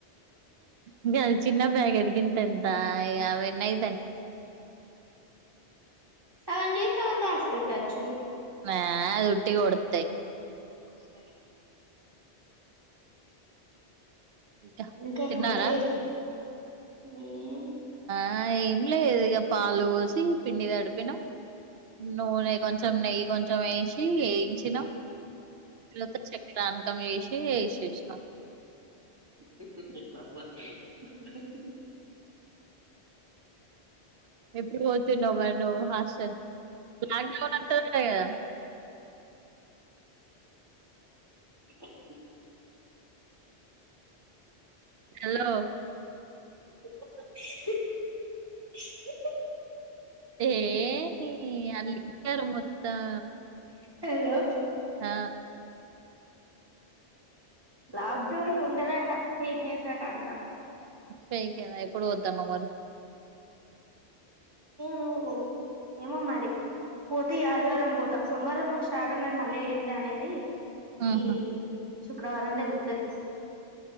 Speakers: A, on the right; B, on the right.
A: ఇంకా చిన్న బ్యాగ్ అడిగింత ఎంత ఇ అవన్నయి
B: సగం చేసి సగం దాచిపెట్టచు
A: ఆ అదిూటిగ వాడుతాయి
B: స్తు
A: ఇంకా
B: ఇంకే
A: తిన్నారా
B: ఎట్లా చేస్ ఉమ్
A: ఆ ఏం లేదు ఇక పాలు పోసి పిండి తడిపినాం నూనె కొంచెం నెయ్యి కొంచెం వేసి వేయించినాం తర్త చక్కడాఅనకమ్ వేసి చేసినం
B: <unintelligible> <unintelligible>
A: ఎప్పుడు పోతు నువ్ మరి నువ్వు హాస్టల్ లాక్డౌన్ అంత ఉంటావ్ గదా
B: <inaudible>
A: హలో
B: <unintelligible>
A: ఏయ్ తీ వాళ్ళిద్దరూ మొత్తం
B: హలో
A: ఆ
B: లాక్డౌన్ ఉండదట ఫేక్ న్యూస్ అంట అంతా
A: స్త్రికెన ఎప్పుడు వద్దామ మరి
B: నను్ ఏమో మరి పోతే ఈ ఆదివారం పోతా సోమవారం నుంచి స్టార్ట్ అన్నారు మళ్ళీ ఏంది అనేది
A: ఆహా!
B: ఈ శుక్రవారం తెల్తుది.